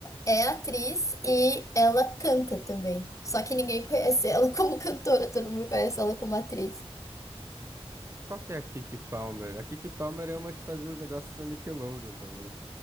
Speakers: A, on the left (about 30°); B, on the right (about 25°).
A: é atriz e ela canta também. Só que ninguém conhece ela <laughs> como cantora, todo mundo conhece ela como atriz.
B: Qual que é a Kiki Palmer? A Kiki Palmer é uma que fazia os negócios da Nickelodeon também.